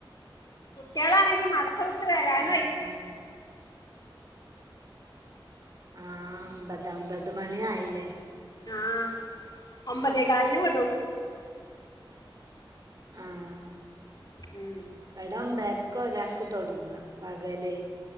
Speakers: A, on the left; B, on the right.
A: കുട്ട്യേളാണെങ്കി മദ്രസ വിട്ട് വരാനും
B: ആഹ്
A: ആയി
B: ആ ഒമ്പത് ഒൻമ്പത് മണിയായില്ലേ
A: ആഹ് ഒമ്പതേ കാലിന് വിടും
B: ആഹ് ആഹ്
A: ഉം
B: വടം മ്പേരക്കൊരാക്ക് തൊടങ്ങ പകലേ